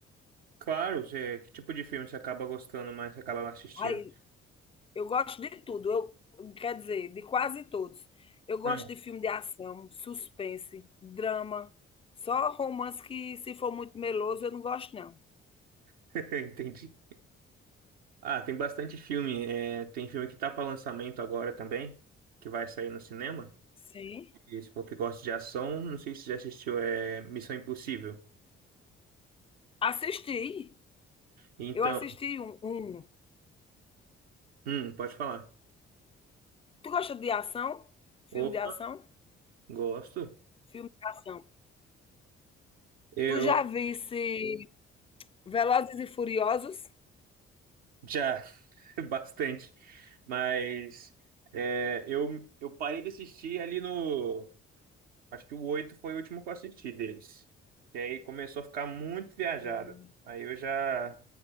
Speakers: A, on the right (about 80°); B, on the left (about 20°).
A: Claro, Zé. Que tipo de filme você acaba gostando mais, você acaba assistindo?
B: Aí, eu gosto de tudo, eu, quer dizer, de quase todos. Eu gosto
A: Ah,
B: de filme de ação, suspense, drama, só romance que se for muito meloso eu não gosto não.
A: <laughs> entendi. Ah, tem bastante filme. É, tem filme que tá para lançamento agora também, que vai sair no cinema.
B: Sim.
A: E você falou que gosta de ação, não sei se você já assistiu, é Missão Impossível.
B: Assisti.
A: Então,
B: Eu assisti um, um
A: hum, pode falar.
B: Tu gosta de ação? Filme
A: Opa,
B: de ação?
A: gosto.
B: Filme de ação.
A: Eu
B: Tu já visse Velozes e Furiosos?
A: Já, <laughs> bastante. Mas é, eu, eu parei de assistir ali no. Acho que o 8 foi o último que eu assisti deles. E aí começou a ficar muito viajado.
B: Sim.
A: Aí eu já,